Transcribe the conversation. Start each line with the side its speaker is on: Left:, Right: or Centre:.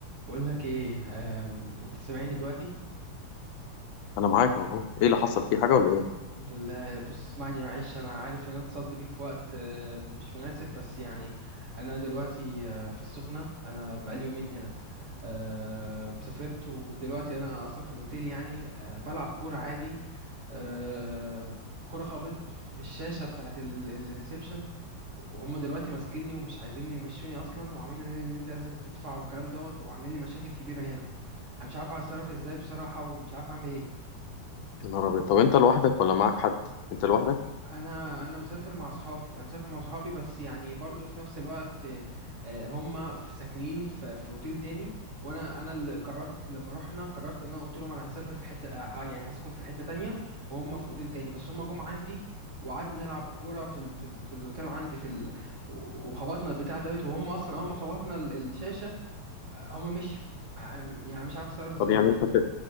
Right: بقول لك ايه أم... انت سامعني دلوقتي
Left: انا معاك اهو ايه اللي حصل في حاجه ولا ايه
Right: الحمد لله بص اسمعني معلش انا عارف ان انا اتصلت بيك في وقت آه، مش مناسب بس يعني انا دلوقتي آه، في السخنة انا بقالي يومين هنا آه، سافرت ودلوقتي انا اصلا في الاوتيل يعني آه، بلعب كورة عادي آه، الكورة خبطت في الشاشة بتاعت الريسبشن وهم دلوقتي ماسكيني ومش عايزين يمشوني اصلا وعاملين لي ان انت لازم تدفع والكلام دوت وعاملين لي مشاكل كبيرة هنا انا مش عارف اتصرف ازاي بصراحة ومش عارف اعمل ايه
Left: يا نهار ابيض طب انت لوحدك ولا معاك حد انت لوحدك
Right: انا انا مسافر مع اصحابي انا مسافر مع اصحابي بس يعني برضو في نفس الوقت آه، هم في- ساكنين في في اوتيل تاني وانا انا اللي قررت لما رحنا قررت ان انا قلت لهم انا هسافر في حته آه، ها يعني هسكن في حته تانية وهم في اوتيل تاني بس هم جم عندي وقعدنا نلعب الكوره في ال... في ال... في الاوتيل عندي في ال... و- وخبطنا البتاع دوت وهم اصلا اول ما خبطنا ال- الشاشه آه، هم مشيوا آه، يعني مش عارف اتصرف ازاي
Left: طب يعني
Right: برضو
Left: انت كده